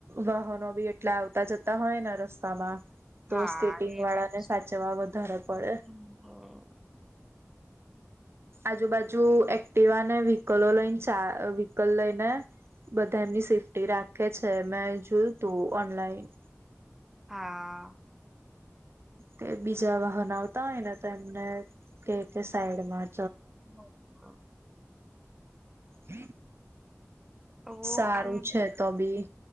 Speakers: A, on the right; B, in the centre.
A: વાહનો બી એટલા આવતા જતા હોય ને રસ્તામાં તો
B: હા
A: સ્કેટિંગ
B: એ
A: વાળા
B: વાત છે.
A: સાચવા વધારે પડે
B: હમ. હા
A: આજુબાજુ એક્ટિવાને વ્હીકલો લઈને ચા વ્હીકલ લઈને બધા એમની સેફ્ટી રાખે છે, મેં જોયું તું ઓનલાઈન
B: હા.
A: કે બીજા વાહન આવતા હોય ને તો એમને કહે સાઈડમાં
B: હમ, હા.
A: હ.
B: તો
A: સારું
B: આમ
A: છે. તો બી